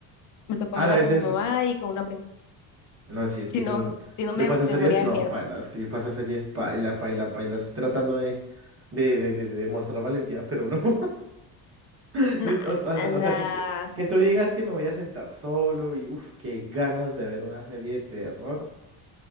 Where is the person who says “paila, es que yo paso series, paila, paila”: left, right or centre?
Right